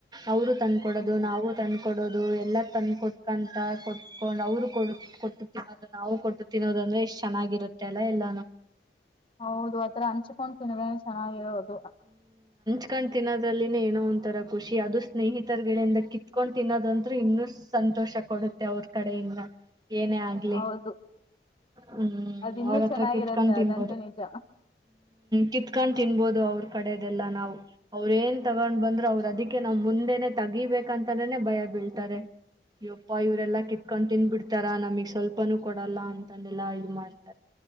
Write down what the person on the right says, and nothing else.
ಅವರು ತಂದ್ಕೊಡೋದು
ನಾವು ತಂದ್ಕೊಡೋದು ಎಲ್ಲ ತಂದ ಕೊಟ್ಕಂತ ಕೊಟ್ಟಕೊಂಡು ಅವರು ಕೊಟ್ಟು ತಿನ್ನೋದು ನಾವು ಕೊಟ್ಟು ತಿನ್ನೋದು ಅಂದ್ರೆ ಇಷ್ಟ ಚೆನ್ನಾಗಿರುತ್ತೆ ಅಲ್ಲ ಎಲ್ಲಾನು
ಕಿತ್ಕೊಂಡ್ ತಿನ್ನೋದ್ರಲ್ಲಿಏನೋ ಒಂಥರ ಖುಷಿ ಅದು ಸ್ನೇಹಿತರ ಗಡೆಯಿಂದ ಕಿತ್ಕೊಂಡ್ ತಿನ್ನದಂತೂರು ಇನ್ನು ಸಂತೋಷ ಕೊಡುತ್ತೆ ಅವ್ರ ಕಡೆಯಿಂದ ಏನೇ ಆಗ್ಲಿ
ಹ್ಮ್
ಅವ್ರತ್ರ
ಕೆ ಹ್ಮ
ಕಿತ್ಕೊಂಡ ತಿನ್ಬೋದು ಅವ್ರ ಕ ದೆಲ್ಲ ನಾವು ಅವ್ರ ಏನ್ ತಗೊಂಡ್ ಬಂದ್ರರು ಅವ್ ಅದಿಕ್ಕೆ ನಾ್ ಮುಂದೆನನೆ ತೆಗಿಬೇಕಂತಾನನೆ ಭಯ ಬಿಟ್ಟು ಹೇಳ್ತಾರೆ ಇಪ್ಪ ಇವ್ರರೆಲ್ಲಾ ಕಿತ್ಕೊಂಡ್ ತಿನ್ಬಿಡ್ರೆ ತರ ನಮಗ್ ಸ್ವಲ್ಪನುೂ ಕೊಡಲ್ಲ ಅಂತಾನೆಲ್ಲಾ ಇದು ಮಾಡ್ತಾರೆ